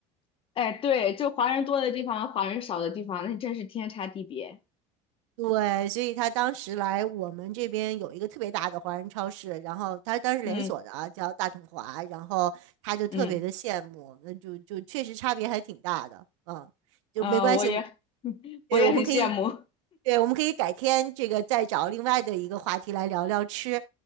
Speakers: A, on the left (about 35°); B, on the right (about 80°).
A: 哎，对，就华人多的地方，华人少的地方，那真是天差地别，
B: 对，所以他当时来我们这边有一个特别大的华人超市，然后他当时连锁的啊，
A: 嗯
B: 叫大统华，然后他就特别的羡慕，
A: 嗯，
B: 那就就确实差别还挺大的，嗯，就没关系，
A: 啊，我也
B: 我
A: <laughs>
B: 对，
A: 我也很羡慕，
B: 我们可以，对，我们可以改天这个再找另外的一个话题来聊聊吃，